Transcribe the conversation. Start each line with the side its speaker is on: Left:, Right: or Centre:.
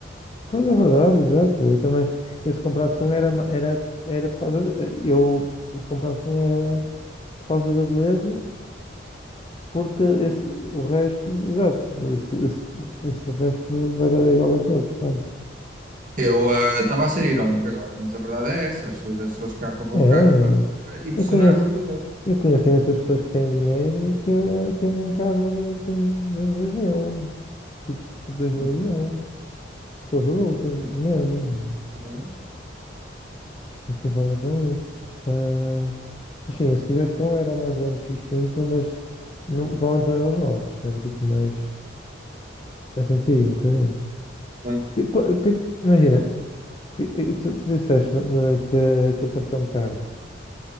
Left: Pois é verdade, exato. Eu também. Eu se comprasse um era, ma- era, era por causa de, eu se comprasse um era por causa da beleza, porque esse, o resto, exato, esse, esse, esse resto vai dar igual a todos, quase.
Right: Eu eh, estava a ser irónico agora, mas a verdade é essa. As pessoas, as pessoas cá compram
Left: É, é.
Right: um carro para eh, impressionar
Left: eu conheço,
Right: uns aos outros.
Left: eu conheço imensas pessoas que têm dinheiro e que têm um carro dos anos, dos anos 2000. tipo, tipo 2001.
Right: Uhum,
Left: Pessoas adultas,
Right: sim,
Left: mesmo.
Right: uhum,
Left: Não se importa com isso. Ah, mas sim, eu se quisesse um era o Mazda MX-5, mas não, provavelmente não era os novos. Era tipo mais, mais antigo, um bocadinho.
Right: sim.
Left: Que- qu- que- imagina, que- que tu, tu disseste na- na- que aquilo parecia um kart.